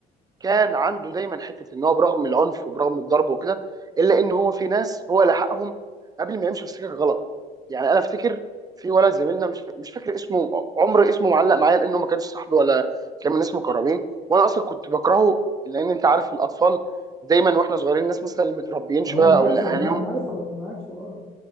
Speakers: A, on the right (about 20°); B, in the centre.
A: كان عنده دايما حته ان هو برغم العنف وبرغم الضرب وكده الا ان هو في ناس هو لحقهم قبل ما يمشوا في سكه غلط يعني انا افتكر في ولد زميلنا مش فا- مش فاكر اسمه عمر اسمه معلق معايا لانه ما كانش صاحبي ولا كان من ناس مقربين وانا اصلا كنت بكرهه لان انت عارف الاطفال دايما واحنا صغيرين الناس مثلا اللي متربيين شويه
B: اه انا
A: او
B: عارف
A: اللي اهاليهم
B: انا ع- انا عارف الر- انا عارفه اه